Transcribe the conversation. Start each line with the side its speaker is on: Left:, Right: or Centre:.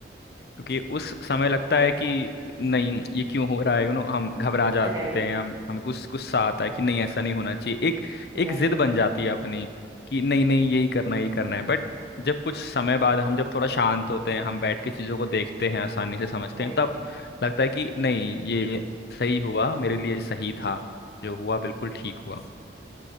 Left: क्योंकि उस समय लगता है कि नहीं ये क्यों हो रहा है यू नो हम घबरा जाते
Right: Right
Left: हैं हम हमें गुस्सा गुस्सा आता है कि नहीं ऐसा नहीं होना चाहिए एक एक
Right: right
Left: जिद बन जाती है अपनी कि नहीं नहीं यही करना है, यही करना है बट जब कुछ समय बाद हम जब थोड़ा शांत होते हैं हम बैठ के चीज़ों को देखते हैं आसानी से समझते
Right: Right
Left: हैं तब लगता है कि नहीं ये सही हुआ मेरे लिए सही था जो हुआ बिल्कुल ठीक हुआ